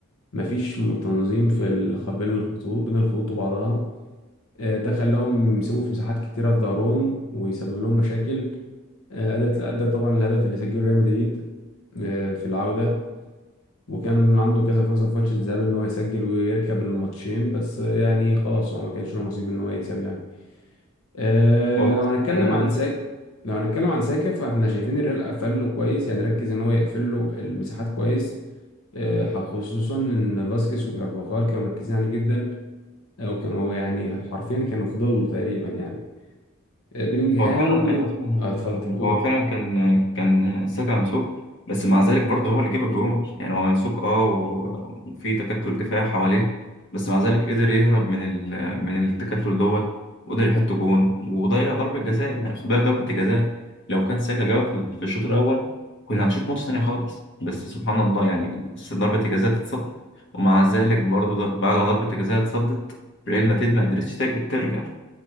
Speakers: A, on the left; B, on the left.
A: مفيش تنظيم في الخ- بين الخطوط بين الخطوط وبعضها آه، ده خلاهم يسيبوا في مساحات كتيرة في ظهرهم ويسبب لهم مشاكل آه، أدت أدى طبعا الهدف اللي سجله ريال مدريد آه، في العودة وكان عنده كذا فرصة في ماتش الذهاب إن هو يسجل ويركب الماتشين بس آه، يعني خلاص هو ما كانش له نصيب إن هو يكسب يعني آه،
B: والله
A: لو هنتكلم
B: آه،
A: عن ساك لو هنتكلم عن ساكا فاحنا شايفين الريال قفل له كويس يعني ركز إن هو يقفل له المساحات كويس آه، خصوصا إن فاسكيز وكارفاخال كانوا مركزين عليه جدا آه، وكانوا يعني حرفيا كانوا في ظله تقريبا يعني آه، بيلينجهام
B: هو فعلا ايوه طبعا يعني
A: آه، اتفضل
B: هو
A: قول
B: فعلا كان كان ساكا ممسوك بس مع ذلك برضه هو اللي جاب الجول يعني هو ممسوك اه و- وفي تكتل دفاع حواليه بس مع ذلك قدر يهرب من ال من التكتل دوت وقدر يحط جون وضيع ضربة جزاء يعني خد بالك ضربة الجزاء لو كان ساكا جابها في في الشوط الأول كنا هنشوف ماتش تاني خالص بس سبحان الله يعني بس ضربة الجزاء تتصد ومع ذلك برضه ض- بعد ما ضربة الجزاء اتصدت ريال مدريد ما قدرتش تج- ترجع